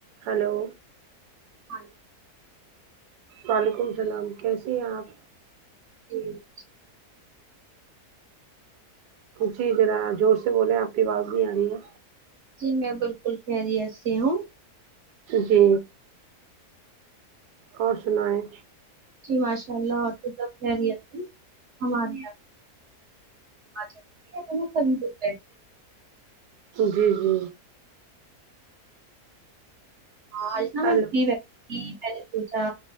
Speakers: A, on the right (about 85°); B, on the right (about 65°).
A: hello
B: ہاں جی
A: وعلیکم السلام کیسیے ہیں آپ
B: جی <unintelligible>
A: جی ذرا زور سے بول ذرا آپ کی آواز نہیں آ رہی ہے
B: جی میں بالکل خیریت سے ہوں
A: جی اور سنائیں
B: جی ماشاء اللہ اور تو سب خیریت ہماریے یہاں اج
A: جی جی
B: ہاں جتنا
A: ہیلو
B: میں فری رہتی تھی میں نے سوچا